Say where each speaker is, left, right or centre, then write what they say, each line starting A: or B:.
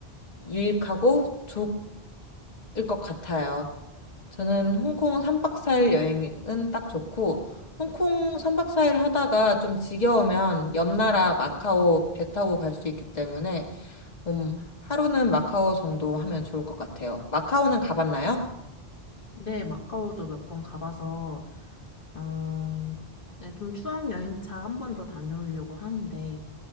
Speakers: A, on the left (about 40°); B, on the left (about 60°).
A: 유익하고 좋을 것 같아요. 저는 홍콩 3박 4일 여행은 딱 좋고, 홍콩 3박 4일 하다가 좀 지겨우면 옆 나라 마카오 배 타고 갈 수 있기 때문에, 음, 하루는 마카오 정도 하면 좋을 것 같아요. 마카오는 가봤나요?
B: 네, 마카오도 몇 번 가봐서, 어, 네, 좀 추억 여행차 한 번 더 다녀오려고 하는데,